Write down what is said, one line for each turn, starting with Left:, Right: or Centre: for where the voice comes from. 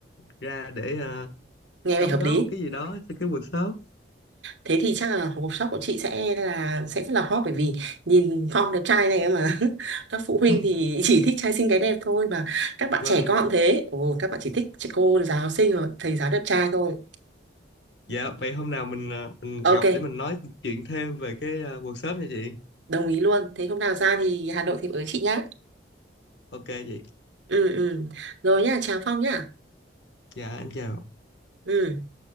Left: ra để ờ,
Right: nghe
Left: đóng
Right: vẻ hợp
Left: góp
Right: lý
Left: một cái gì đó cho cái workshop.
Right: thế thì chắc là hộp shop của chị sẽ là sẽ rất là hot bởi vì nhìn Phong đẹp trai này mà <laughs> các phụ huynh
Left: <laughs>
Right: thì <laughs> chỉ thích trai xinh gái đẹp thôi mà các bạn
Left: Vâng.
Right: trẻ con thế ồ các bạn chỉ thích chị cô giáo xinh rồi thầy giáo đẹp trai thôi
Left: Dạ, vậy hôm nào mình ờ, mình
Right: ok
Left: gặp để mình nói chuyện thêm về cái ờ, workshop nha chị.
Right: đồng ý luôn thế hôm nào ra thì Hà Nội thì với chị nhá
Left: Ok chị.
Right: ừ ừ rồi nhá chào Phong nhá
Left: Dạ, em chào.
Right: ừ